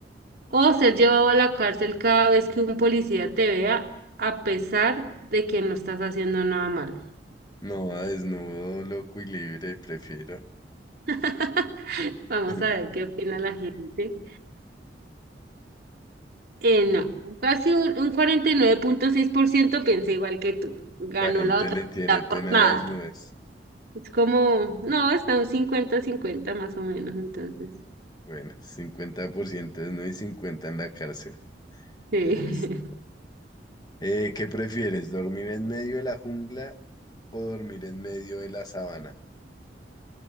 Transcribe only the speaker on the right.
¿O ser llevado a la cárcel cada vez que un policía te vea a pesar de que no estás haciendo nada malo?
<laughs>
Vamos a ver qué opina la gente. Eh, no, casi un, un cuarenta y nueve punto seis por ciento piensa igual que tú. Ganó
la otra
mitad
por nada.
Es como, no, está un 50 cincuenta más o menos, entonces.
Sí.
<laughs>